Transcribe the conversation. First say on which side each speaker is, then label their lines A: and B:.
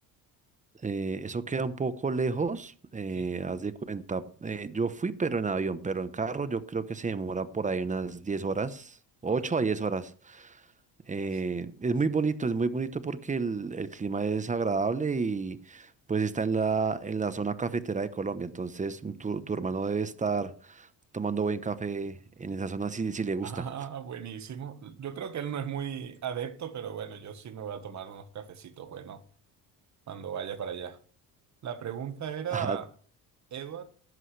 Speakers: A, on the right; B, on the right.
A: Eh, eso queda un poco lejos, eh,
B: Sí,
A: haz de cuenta, eh, yo fui pero en avión, pero en carro yo creo que se demora por ahí unas diez horas, ocho
B: ok, eh,
A: a diez horas. Eh,
B: sí. <laughs>
A: es muy bonito, es muy bonito porque el, el clima es agradable y pues está en la, en la zona cafetera de Colombia. Entonces tu, tu hermano debe estar tomando buen café en esa zona si, si le gusta.
B: Ah, buenísimo. Yo creo que él no es muy adepto, pero bueno, yo sí me voy a tomar unos cafecitos buenos cuando vaya para allá. La pregunta era,
A: <laughs> Ajá,
B: Eduard.